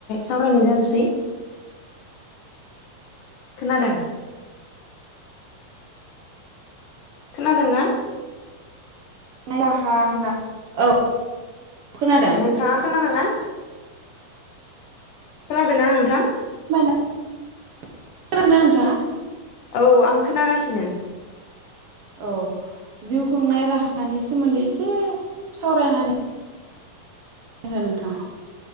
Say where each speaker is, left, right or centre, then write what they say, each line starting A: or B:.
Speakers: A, on the left; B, on the right.
A: सावरायनाय जानोसै। खोनादों खोनादोंना?
B: राहा होना औ खोनादों
A: नोंथाङा खोनादोंना? खोनादोंना नोंथां?
B: खोनादोंना नोंथाङा?
A: औ आं खोनागासिनो।
B: औ जिउ खुंनाय राहानि सोमोन्दै इसे सावरायनानै <unintelligible> नोंथाङा।